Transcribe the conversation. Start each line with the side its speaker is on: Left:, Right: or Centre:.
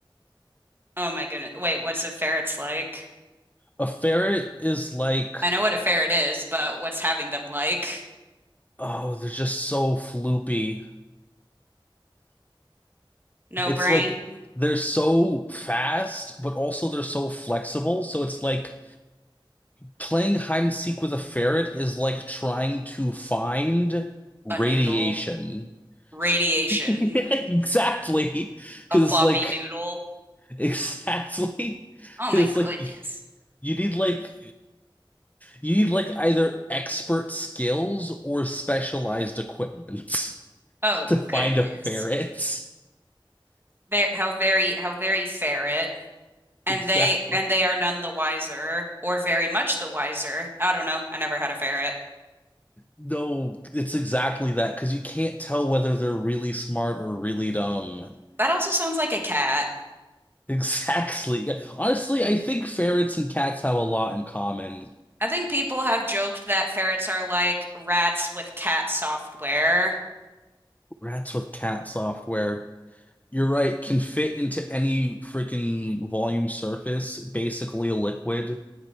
Right: Oh my goodness. Wait, what's a ferret's like?
Left: A ferret is like,
Right: I know what a ferret is, but what's having them like?
Left: oh, they're just so floopy.
Right: No
Left: It's
Right: brain?
Left: like they're so fast, but also they're so flexible. So it's like playing hide and seek with a ferret is like trying to find radiation.
Right: a noodle, radiation,
Left: <laughs> Exactly. Because
Right: a floppy
Left: it's like,
Right: noodle.
Left: <laughs> exactly.
Right: Oh
Left: Because
Right: my
Left: it's
Right: goodness.
Left: like, you need like, you need like either expert skills or specialized equipment <laughs>
Right: Oh
Left: to find
Right: goodness.
Left: a ferret. <laughs>
Right: There, how very, how very ferret. And
Left: Exactly.
Right: they and they are none the wiser, or very much the wiser. I don't know. I never had a ferret.
Left: No, it's exactly that because you can't tell whether they're really smart or really dumb. <laughs>
Right: That also sounds like a cat.
Left: Exactly. Yeah. Honestly, I think ferrets and cats have a lot in common.
Right: I think people have joked that ferrets are like rats with cat software.
Left: Rats with cat software, you're right, can fit into any freaking volume surface, basically a liquid,